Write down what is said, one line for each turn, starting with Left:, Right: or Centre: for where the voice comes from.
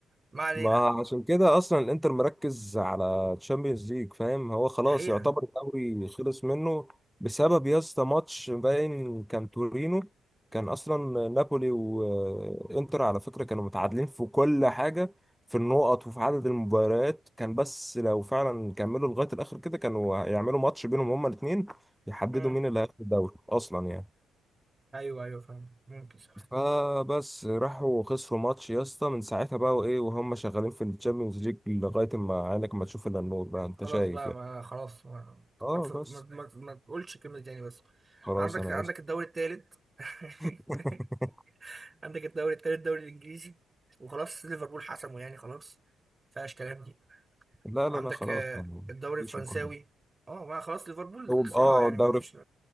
Right: ما علينا
Centre: ما عشان كده اصلا الانتر مركز على تشامبيونز ليج فاهم هو خلاص
Right: دي حقيقة
Centre: يعتبر الدوري خلص منه بسبب يا اسطى ماتش باين كان تورينو كان اصلا نابولي وانتر على فكره كانوا متعادلين في كل حاجه في النقط وفي عدد المباريات كان بس لو فعلا كملوا لغايه الاخر كده كانوا هيعملوا ماتش بينهم هما الاثنين يحددوا
Right: امم
Centre: مين اللي هياخد الدوري اصلا يعني
Right: ايوه ايوه فاهم ممكن صح
Centre: فبس راحوا خسروا ماتش يا اسطى من ساعتها بقى وايه وهم شغالين في الشامبيونز ليج لغايه ما عينك ما تشوف الا النور بقى انت
Right: خلاص
Centre: شايف
Right: بقى
Centre: يعني
Right: ما خلاص ما
Centre: اه
Right: ما, تفك...
Centre: بس
Right: ما... ما... ما تقولش كلمة تاني بس
Centre: خلاص
Right: عندك
Centre: انا
Right: عندك
Centre: اسف
Right: الدوري التالت
Centre: <laughs>
Right: <laughs> عندك الدوري التالت الدوري الإنجليزي وخلاص ليفربول حسمه يعني خلاص مفيهاش كلام دي
Centre: لا لا
Right: وعندك
Centre: لا خلاص
Right: آه،
Centre: ما-
Right: الدوري
Centre: مفيش
Right: الفرنساوي
Centre: مقارنه
Right: اه ما خلاص ليفربول
Centre: هو
Right: الصراحة
Centre: اه
Right: يعني
Centre: دوري
Right: ما فيش